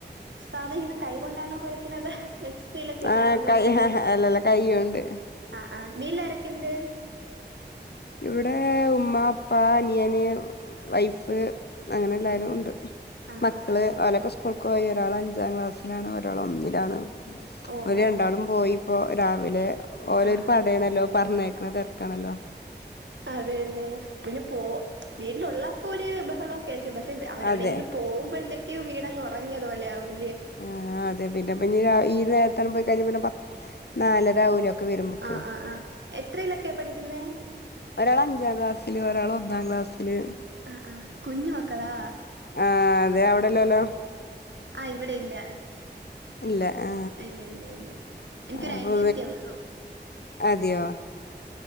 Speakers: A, on the right (about 85°); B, on the left (about 65°).
A: സാധാ ഇങ്ങനെ കൈ കൊണ്ടാണോ കൊഴക്കണത് മിക്സിയിലൊക്കെ ഇട്ടാണോ
B: ആഹ്
A: കൊഴക്കുന്നേ
B: കൈ അല്ലല്ല കൈയ്യോണ്ട്
A: ആഹ് ആഹ് വീട്ടില് ആരൊക്കെയുണ്ട്
B: ഇവിടെ ഉമ്മ ഉപ്പ അനിയന് വൈഫ് അങ്ങനെ എല്ലാരും ഉണ്ട്
A: ആഹ്
B: മക്കള്
A: ആഹ് ആഹ്
B: ഓലൊക്കെ സ്കൂൾക്ക് പോയി ഒരാള് അഞ്ചാം ക്ലാസ്സിലാണ് ഒരാള് ഒന്നിലാണ്
A: ഓഹ്
B: ഓര്
A: ഓഹ്
B: രണ്ടാളും
A: ഓഹ്
B: പോയി ഇപ്പോ രാവിലെ ഓരോരു
A: ആഹ്
B: പടയാണല്ലോ പറഞ്ഞയക്കണ തിരക്കാണല്ലോ
A: അതെല്ലെ പിന്നെ പോ വീട്ടിലൊള്ള പ്പോ ഒരു ബഹളവൊക്കെ ആയിരിക്കും പക്ഷേ അവരെവിടെയെങ്കിലും
B: അതെ
A: പോകുമ്പോഴത്തേക്ക് വീടങ്ങ് ഉറങ്ങിയത് പോലെയാവും
B: ആഹ് അതെ പിന്നെ ഇപ്പോ ഇനി ഈ നേരത്തങ്ങ് പോയിക്കഴിഞ്ഞാൽ പിന്നെ പ നാലര ആവൂലൊ ഒക്കെ വരുമ്പക്ക്
A: ആഹ് ആഹ് ആഹ് എത്രയിലൊക്കെ പഠിക്കുന്നെ?
B: ഒരാള് അഞ്ചാം ക്ലാസ്സില് ഒരാള് ഒന്നാം ക്ലാസ്സില്
A: ആഹ് ആഹ് കുഞ്ഞു മക്കളാ
B: ആഹ് അതെ അവിടില്ലല്ലോ
A: ആഹ് ഇവിടെയില്ല
B: ഇല്ല ആ
A: ഇല്ല ഇല്ല ഇല്ല എനിക്കൊരു
B: അപ്പൊ
A: അനിയത്തിയേള്ളു
B: അതെയോ